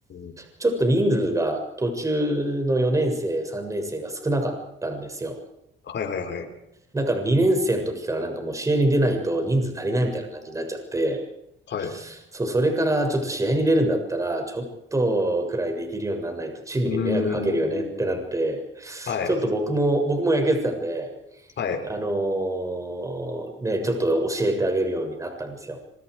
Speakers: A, on the left; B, on the right.
A: ん。
B: ちょっと人数が途中の4年生、3年生が少なかったんですよ。
A: はいはいはい。
B: だから2年生の時からなんかもう試合に出ないと人数足りないみたいな感じになっちゃって、
A: はい。う
B: そう、それからちょっと試合に出るんだったら、ちょっとくらいできるようにならないとチームに迷惑かけるよねってなって、
A: ーん。はい。
B: ちょっと僕も、僕も野球やってたんで、
A: はい。
B: あのーね、ちょっと教えてあげるようになったんですよ。